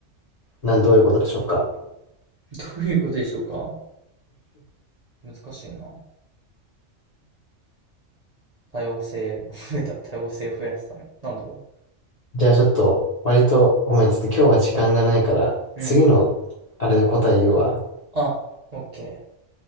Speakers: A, on the left; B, on the right.
A: なん、どういうことでしょうか。
B: <laughs> どういうことでしょうか難しいな。多様性、<laughs> 増えた。多様性を増やすため。なんだろ
A: じゃあちょっと、割とごめん、ちょっと今日は時間がないから、
B: う。
A: 次のあれで答え言うわ。
B: うん。あ、オッケー。